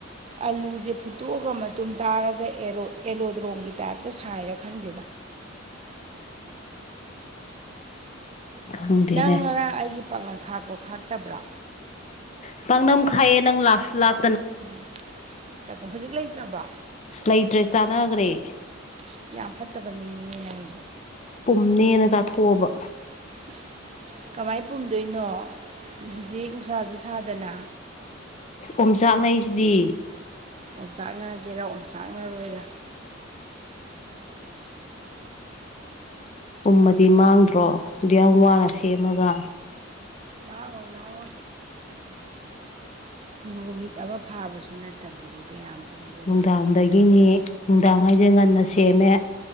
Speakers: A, on the right (about 35°); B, on the left (about 35°).
A: ꯑꯂꯨꯁꯦ ꯐꯨꯠꯇꯣꯛꯑꯒ ꯃꯇꯨꯝ ꯇꯥꯔꯒ ꯑꯦꯔꯣꯠ ꯑꯦꯂꯣꯗ꯭ꯔꯣꯝꯒꯤ ꯇꯥꯏꯞꯇ ꯁꯥꯏꯔꯥ ꯈꯪꯗꯦꯗ
B: ꯈꯪꯗꯦꯅꯦ
A: ꯅꯪ ꯉꯔꯥꯡ ꯑꯩꯒꯤ ꯄꯥꯛꯅꯝ ꯈꯥꯛꯄꯔꯣ ꯈꯥꯛꯇꯕ꯭ꯔꯣ
B: ꯥꯄꯥꯛꯅꯝ ꯈꯥꯛꯑꯦ ꯅꯪ ꯂꯛꯁꯨ ꯂꯛ
A: ꯎꯝ ꯑꯗꯣ ꯍꯨꯖꯤꯛ ꯂꯩꯇ꯭ꯔꯕ
B: ꯂꯩꯇ꯭ꯔꯦ ꯆꯥꯟꯅꯒ꯭ꯔꯦ
A: ꯏꯁ ꯌꯥꯝ ꯐꯠꯇꯕ ꯃꯤꯅꯤꯅꯦ ꯅꯪꯗꯤ
B: ꯄꯨꯝꯅꯦꯅ ꯆꯥꯊꯣꯛꯑꯕ
A: <unintelligible> ꯀꯃꯥꯏ ꯄꯨꯝꯗꯣꯏꯅꯣ ꯍꯧꯖꯤꯛ ꯅꯨꯡꯁꯥꯁꯨ ꯁꯥꯗꯅ
B: ꯑꯣꯝꯆꯥꯛꯅꯩꯁꯤꯗꯤ
A: ꯑꫭꯡꯆꯥꯛꯅꯒꯦꯔꯥ ꯑꯣꯡꯆꯥꯛꯅꯔꯣꯏꯔ
B: ꯄꯨꯝꯃꯗꯤ ꯃꯥꯡꯗ꯭ꯔꯣ ꯑꯗꯨꯛꯌꯥꯝ ꯋꯥꯅ ꯁꯦꯝꯃꯒ
A: ꯃꯥꯡꯉꯣꯏ ꯃꯥꯡꯉꯣꯏ ꯅꯨꯃꯤꯠ ꯑꯃ ꯐꯥꯕꯁꯨ ꯅꯠꯇꯕꯗꯨꯕꯨ ꯀꯌꯥꯝ ꯄꯨꯝꯗ
B: ꯅꯨꯡꯗꯥꯡꯗꯒꯤꯅꯤ ꯅꯨꯡꯗꯥꯡ ꯍꯥꯏꯁꯦ ꯉꯟꯅ ꯁꯦꯝꯃꯦ